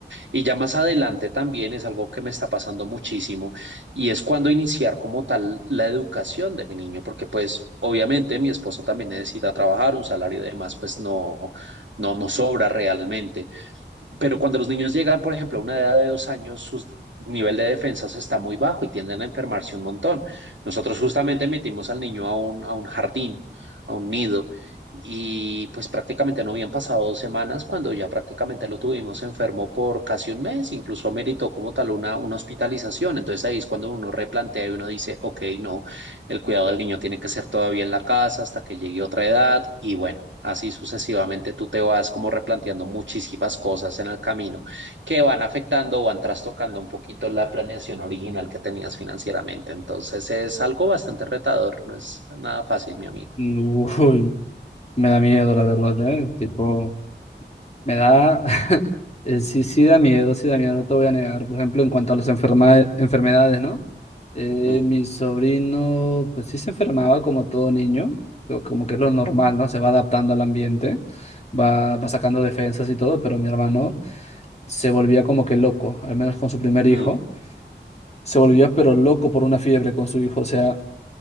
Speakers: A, on the right; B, on the left.
A: Y ya más adelante también es algo que me está pasando muchísimo y es cuando iniciar como tal la educación de mi niño, porque pues obviamente mi esposa también necesita trabajar, un salario y demás, pues no, no, no sobra realmente. Pero cuando los niños llegan, por ejemplo, a una edad de dos años, su nivel de defensas está muy bajo y tienden a enfermarse un montón. Nosotros justamente metimos al niño a un, a un jardín, a un nido, y pues prácticamente no habían pasado dos semanas cuando ya prácticamente lo tuvimos enfermo por casi un mes, incluso ameritó como tal una, una hospitalización. Entonces ahí es cuando uno replantea y uno dice, ok, no. El cuidado del niño tiene que ser todavía en la casa hasta que llegue otra edad y bueno, así sucesivamente tú te vas como replanteando muchísimas cosas en el camino que van afectando o van trastocando un poquito la planeación original que tenías financieramente. Entonces es algo bastante retador, no es nada fácil, mi amigo.
B: Uy, me da miedo, la verdad, ¿eh? Tipo, me da... Eh, sí, sí da miedo, sí da miedo, no te voy a negar. Por ejemplo, en cuanto a las enferma- enfermedades, ¿no? Eh,
A: Mm,
B: mi sobrino, pues sí se enfermaba como todo niño, co- como que es lo normal, ¿no? Se va adaptando al ambiente, va, va sacando defensas y todo, pero mi hermano se volvía como que loco, al menos con su primer hijo.
A: mm,
B: Se volvía pero loco por una fiebre con su hijo, o sea,